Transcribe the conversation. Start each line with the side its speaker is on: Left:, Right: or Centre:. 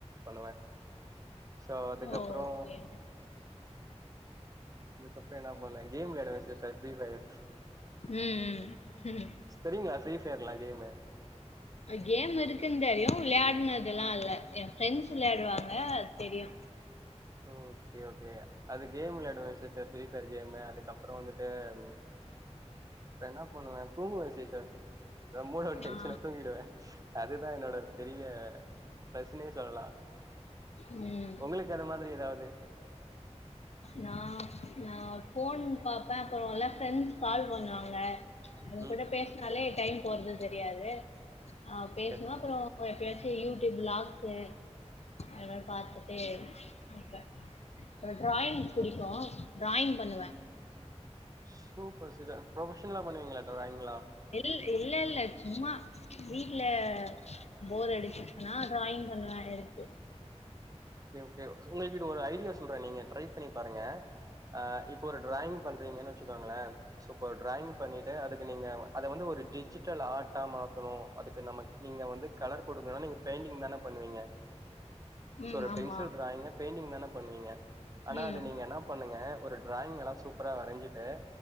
Right: பண்ணுவே சோ அதுக்கபறோ
Left: ஓ ஓகே
Right: இதுக்கப்பறோ என்ன பண்ண கேம் வெளயாடுவே சிஸ்டர் ஃப்ரீஃபயர்
Left: ம் ம் ம்
Right: ஃப்ரீயா ஃப்ரீயா ஃபயர்லா கேமு
Left: கேம் இருக்குன்னு தெரியு விளையாடுனது எல்லா இல்ல ஏ ஃப்ரெண்ட்ஸ் விளையாடுவாங்க அது தெரியு
Right: ஓகே ஓகே அது கேம் வெளயாடுவ சிஸ்டர் ஃப்ரீஃபயர் கேமுஜஅதுக்கப்பறொ வந்துட்டு ம் என்ன பண்ணுவெ தூங்குவே சிஸ்டர் ஏதாவது மூடு அவுட் ஆயிட்சுனா
Left: ஆ
Right: தூங்கிடுவே அதுதா என்னோட பெரிய ப்ரெஸ்னே சொல்லலா
Left: ம்
Right: உங்களுக்கு அந்த மாதிரி எதாவது
Left: நா நா போன் பாப்பே அப்பறொ எல்லா ஃப்ரெண்ட்ஸ் கால் பண்ணுவாங்க அவக
Right: ம்
Left: கூட பேசுனாலே டைம் போறது தெரியாது ஆ பேசனு
Right: சரி
Left: அப்பறோ எப்பயாச்சு யூடியூப் ப்ளாக்ஸு எதாவது பாத்துட்டே இருப்பே என்னகு ட்ராயிங் புடிக்கு ட்ராயிங் பண்ணுவே
Right: சூப்பர் சி ப்ரமோஷன்லா பண்ணுவீகளா ட்ராயிலா
Left: இல் இல்ல இல்ல சும்மா வீட்ல போர் அடிச்சுருன்னா ட்ராயிங் பண்ணுவே இருக்கு
Right: ஓகே ஓகே <unintelligible> ஒரு ஐடியா சொல்றே நீங்க ட்ரை பண்ணி பாருங்க ஆ இப்ப ஒரு ட்ராயிங் பண்றீங்க வேச்சுகளே சோ இப்போ ட்ராயிங் பண்ணிட்டு அதுக்கு நீங்க அத வந்து ஒரு டிஜிட்டல் ஆட்டா மாத் தணு அதுக்கு நம்ம நீங்க வந்து கலர் கொடுக்கணுனா நீங்க பெயிண்டிங் தான பண்ணுவீங்க
Left: ம்
Right: சோ ஒரு
Left: ஆமா
Right: பென்சில் ட்ராயிங்க பெயிண்டிங் தான பண்ணுவீங்க ஆனா
Left: ம்
Right: அது நீங்க என்ன பண்ணுங்க ஒரு ட்ராயிங் வேனா சூப்பரா வரஞ்சுட்டு